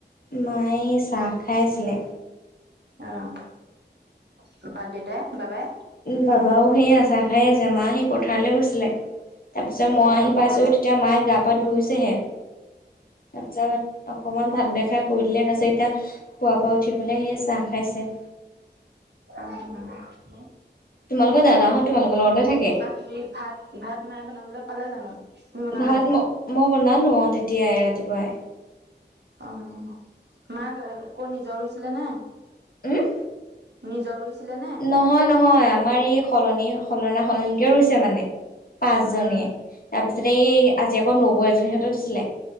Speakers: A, on the left; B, on the right.
A: মায়ে চাহ খাই আছিলে্
B: অঁ তাপা দেউতাই বাবাই
A: বাবাও সেই চাহ খাই আছে মা সেই পথাৰলৈ গৈছিলে তাৰপিছত মই
B: অ',
A: আহি পাইছোঁহি
B: ঘৰৰ অ',
A: তেতিয়া মায়ে গা পা ধইছেহে তাৰপিছত অকমান ভাত দেখাই শুই দিলে তাৰ পাছত এতিয়া খোৱাৰ পৰা উঠি পেলাই সি চাহ খাইছে
B: অঁ
A: তোমালোকৰ দাদাহত তোমালোক লগতে থাকে
B: কিবা কিবি ভাত ভাত মায়ে বনাবলৈ পালে জানো তুমি বনালোহি
A: ভাত ম মই বনালোঁ অ তেতিয়াই ৰাতিপুৱাই
B: অঁ মাক ক নিজৰ ৰুইছিলে নে
A: উমঁ!
B: নিজৰ ৰুইছিলে নে?
A: নহয় - নহয়, আমাৰ এই সলনি সলনা সলনিকে ৰুইছে মানে পাঁচ
B: উম,
A: জনীয়ে তাৰপিছতে এই আজি আকৌ নৌবৈ এজনী সিহঁতেও দিছিলে